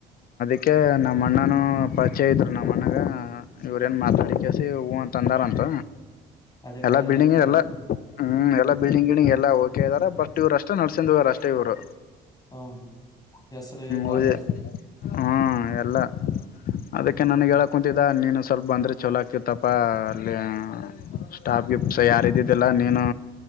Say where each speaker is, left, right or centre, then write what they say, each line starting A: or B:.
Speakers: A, on the left; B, on the left.
A: ಅಕೆ ನಮ್ಮ ಅಣ್ಣನೂ ಪರಿಚಯ ಇದರು ನಮ್ಮ ಅಣ್ಣಾಗ ಇವ್ರೇಏನು ಮಾತಾಡಿ ಕೆಸ ಹೂ ಅಂತ ಅಂದಾರಂತ
B: ಅದೇ
A: ಎಲ್ಲ
B: ಕಾಲೇಜ್ಗೆ
A: ಬಿಲ್ಡಿಂಗ್
B: ಹೋಗ್ತಾರಂತ
A: ಎಲ್ಲ ಹ್ಮ ಎಲ್ಲ ಬಿಲ್ಡಿಂಗ್ ಗಿಡಿಂಗ ಎಲ್ಲ ಹೋಗಿ ಇದ್ದಾರೆ ಬಟ್ ಇವರು ಅೇ ನಡ್ಸ್ ಹವರ ಅಷ್ಟೇ ಇವರು
B: ಹಾ ಹೆಸರು ಕಾಲೇಜ್ದ
A: ಉಳಿದೆ ಹ್ಮ್ ಎಲ್ಲ ಅದಕ್ಕೆ ನನ್ಗ್
B: ಹ್ಮ್
A: ಹೇಳ ಕುಂತಿದ್ದ ನೀನು ಸ್ವಲ್ಪ ಬಂದ್ರೆ ಚಲೋಕತ್ತಪ್ಪ ಅಲ್ಲಿ ಸ್ಟಾಫ್ಗೆ ಸ ಯಾರ್ದಿದ್ದಲ್ಲ ನೀನು